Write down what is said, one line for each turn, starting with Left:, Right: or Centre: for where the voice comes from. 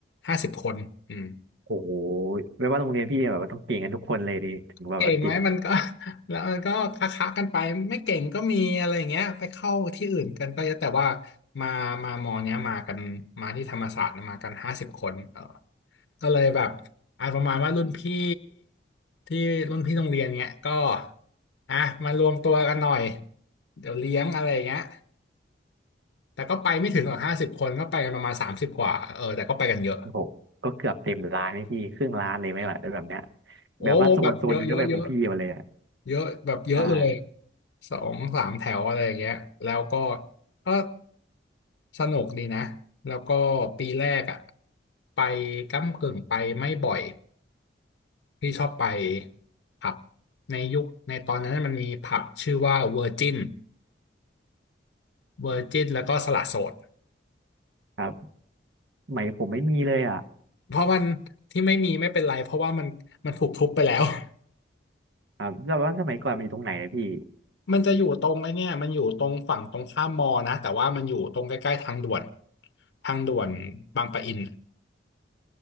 Left: ห้าสิบคนอืม
Right: โอ้โหไม่ว่าโรงเรียนพี่แบบว่าต้องเก่งกันทุกคนเลยดิถึงแบบว่าติด
Left: เก่งไหมมันก็ <laughs> แล้วมันก็ค้าๆกันไปไม่เก่งก็มีอะไรอย่างเงี้ยไปเข้าที่อื่นกันก็เยอะแต่ว่ามามามอเนี้ยมากันมาที่ธรรมศาสตร์นะมากันห้าสิบคนเออ ก็เลยแบบอ่าประมาณว่ารุ่นพี่ที่รุ่นพี่โรงเรียนเนี้ยก็อ่ะมารวมตัวกันหน่อยเดี๋ยวเลี้ยงอะไรอย่างเงี้ยแต่ก็ไปไม่ถึงหรอกห้าสิบคนก็ไปกันประมาณสามสิบกว่าเออแต่ก็ไปกันเยอะ
Right: โอ้โหก็เกือบเต็มร้านไหมพี่ครึ่งร้านเลยไหมล่ะแบบเนี้ย
Left: โอ้แบบเยอะเยอะเยอะ
Right: แบบว่าโซนโซนหนึ่งก็เป็นของพี่มาเลยอ่ะ
Left: เยอะแบบเยอะเลย
Right: ใช่
Left: สองสามแถวอะไรอย่างเงี้ยแล้วก็ก็สนุกดีนะแล้วก็ปีแรกอ่ะไปก้ำกึ่งไปไม่บ่อย พี่ชอบไปผับในยุคในตอนนั้นมันมีผับชื่อว่าเวอร์จินเวอร์จินแล้วก็สละโสด
Right: ครับสมัยผมไม่มีเลยอ่ะ
Left: เพราะมันที่ไม่มีไม่เป็นไรเพราะว่ามันมันถูกทุบไปแล้ว <laughs>
Right: ครับแล้วว่าสมัยก่อนมันอยู่ตรงไหนอะพี่
Left: มันจะอยู่ตรงไอ้เนี่ยมันอยู่ตรงฝั่งตรงข้ามมอนะแต่ว่ามันอยู่ตรงใกล้ๆทางด่วนทางด่วนบางปะอินน่ะ